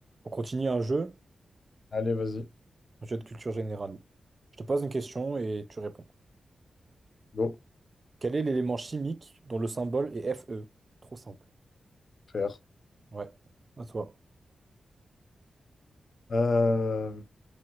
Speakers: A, on the right; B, on the left.
A: On continue un jeu,
B: Allez, vas-y,
A: un jeu de culture générale. Je te pose une question et tu réponds.
B: go,
A: Quel est l'élément chimique dont le symbole est Fe? Trop simple.
B: faire.
A: Ouais, à toi.
B: Euh,